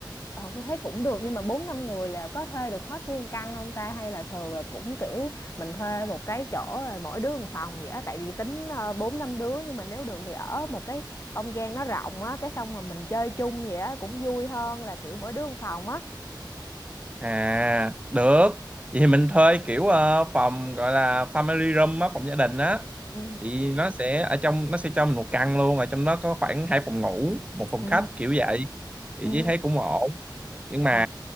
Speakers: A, on the left (about 35°); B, on the right (about 15°).
A: Ờ tôi thấy cũng được nhưng mà bốn năm người là có thuê được hết nguyên căn không ta hay là thường là cũng kiểu mình thuê một cái chỗ rồi mỗi đứa một phòng vậy á tại vì tính ờ, bốn năm đứa nhưng mà nếu được thì ở một cái không gian nó rộng á cái xong mà mình chơi chung vậy á cũng vui hơn là kiểu mỗi đứa một phòng á
B: À, được. Vậy thì mình thuê kiểu ờ, phòng gọi là family room á, phòng gia đình á.
A: ừ
B: Thì nó sẽ ở trong nó sẽ cho mình một căn luôn, ở trong đó có khoảng hai phòng ngủ, một phòng
A: ừ
B: khách kiểu vậy. Thì
A: ừ
B: chỉ thấy cũng ổn. Nhưng mà
A: ờ